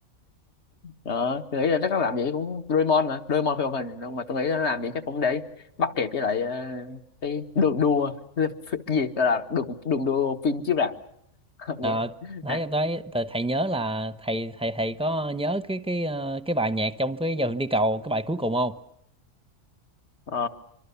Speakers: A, on the left; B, in the centre.
A: Đó, tôi nghĩ là chắc nó làm gì cũng Doraemon mà Doraemon phim hoạt hình nhưng mà tôi nghĩ nó làm gì chắc cũng để bắt kịp với lại ờ, cái đường đua <laughs> cái gì gọi là đường đường đua phim chiếu rạp <laughs> nghĩa
B: Ờ, đấy
A: ha.
B: đấy thầy, thầy nhớ là thầy thầy thầy có nhớ cái cái ờ, cái bài nhạc trong cái giờ Hương đi cầu cái bài cuối cùng không?
A: Ờ,